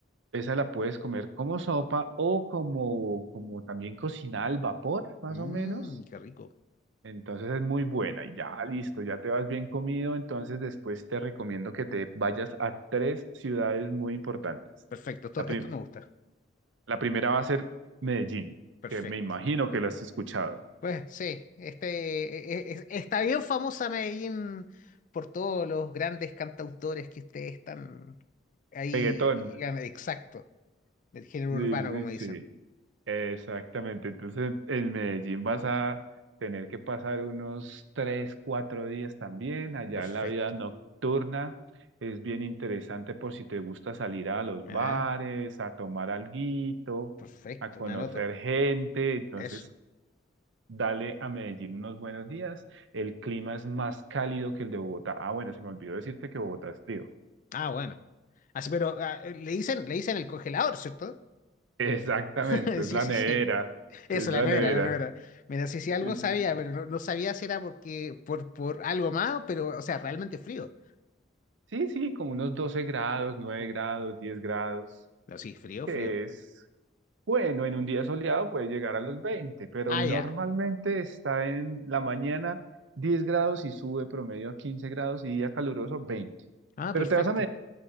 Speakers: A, on the right; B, on the left.
A: esa la puedes comer como sopa o como, como también cocinada al vapor, más
B: Mmm,
A: o menos.
B: qué rico.
A: Entonces es muy buena y ya listo, ya te vas bien comido. Entonces después te recomiendo que te vayas a tres ciudades muy importantes.
B: Perfecto, esto,
A: La,
B: esto
A: prim-
B: me gusta.
A: La primera va a ser Medellín,
B: Perfecto.
A: que me imagino que lo has escuchado.
B: Pues sí, este e- e- e- está bien famosa Medellín por todos los grandes cantautores que ustedes están ahí.
A: Reggaetón.
B: y- han- Exacto. del género
A: Sí,
B: urbano, como
A: sí, sí.
B: dicen.
A: Exactamente. Entonces, en Medellín vas a tener que pasar unos tres, cuatro días también. Allá
B: Perfecto.
A: la vida nocturna es bien interesante por si te gusta salir a los
B: Mira,
A: bares,
B: ¿eh?
A: a tomar alguito,
B: Perfecto,
A: a conocer
B: me anoto.
A: gente. Entonces,
B: Eso.
A: dale a Medellín unos buenos días. El clima es más cálido que el de Bogotá. Ah, bueno, se me olvidó decirte que Bogotá es frío.
B: Ah, bueno. Así, pero ah, eh, le dicen, le dicen el congelador, ¿cierto?
A: Exactamente,
B: <laughs> Sí,
A: es la
B: sí,
A: nevera,
B: sí. Eso,
A: es
B: la
A: la
B: nevera,
A: nevera.
B: la nevera. Mira, sí, sí,
A: Es-
B: algo sabía, pero no, no sabía si era porque, por, por algo más, pero, o sea, realmente frío.
A: sí, sí, como unos doce
B: Oh,
A: grados, nueve
B: uh.
A: grados, 10 grados,
B: No, sí, frío,
A: que
B: frío.
A: es bueno, en un día soleado puede llegar a los 20, pero
B: Ah,
A: normalmente
B: ya.
A: está en la mañana 10 grados y sube promedio a 15 grados y día caluroso 20.
B: Ah,
A: Pero
B: perfecto.
A: te vas a Medellín,